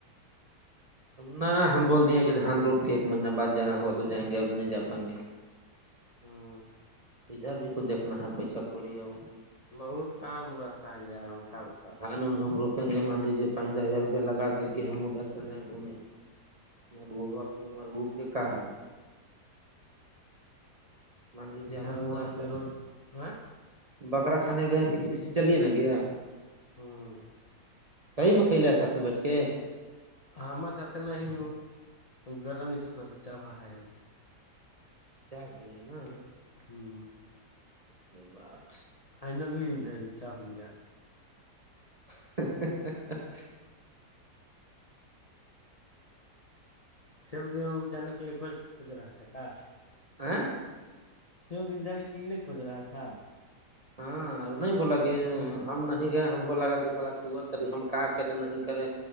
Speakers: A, on the right; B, on the left.
A: نہ ہم بول دیے کہ دھان روپ کے ایک مہینہ بعد جانا ہوگا تو جائیں گے ابھی نہیں جا پائیں گے
B: ہاں
A: ادھر بھی تو دیکنا ہے پیسہ کوڑی ہے وہ
B: بہت کام رہتا ہے یار ہم کا بتا
A: قانون ہم روپیں گے مان لیجیے پانچ دس ہزار روپیہ لگا کے کہ ہم ادھر چل جائیں گھومیں مربوبہ کے مرغوب کے کہاں ہے مان لیجیے
B: یہاں
A: آپ لوگ
B: وہاں
A: گئے
B: سے روز ہ
A: بکرا کھانے گئے پیچھے پیچھے چلیے نا گیا
B: ہوں
A: صحی میں کھل ساتھ بیٹھ کے
B: ہمار سات نہ ہی گرانی سب س چا ہے
A: چج لی ہے نا
B: ہوں
A: اس کے بعات
B: فائنل نیوز ہے چاپ لیا
A: ہ <inaudible>
B: سب دن جانے کے لیے کج رہا تھا کا
A: آ <inaudible>
B: س دن جان کے لیے لے کھج رہا تھا
A: ہاں اب نہیں بولا کہ ہم نہیں گئے ہم کو لگا کہ سال ٹور تی ہم کہ کریں نہیں کرے